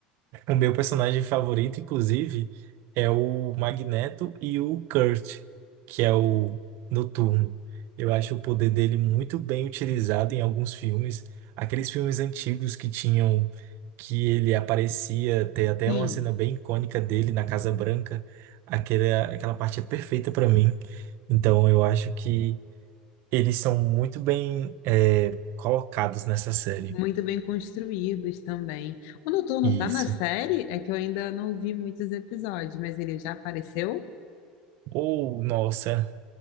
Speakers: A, on the right (about 60°); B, on the left (about 70°).
A: O meu personagem favorito, inclusive, é o Magneto e o Kurt, que é o Noturno. Eu acho o poder dele muito bem utilizado em alguns filmes. Aqueles filmes antigos que tinham, que ele aparecia, tem até
B: sim.
A: uma cena bem icônica dele na Casa Branca. Aquela, aquela parte é perfeita para mim. Então eu acho que eles são muito bem, eh, colocados nessa série.
B: Muito bem construídos também. O Noturno
A: Isso.
B: tá na série? É que eu ainda não vi muitos episódios, mas ele já apareceu?
A: Ou, nossa.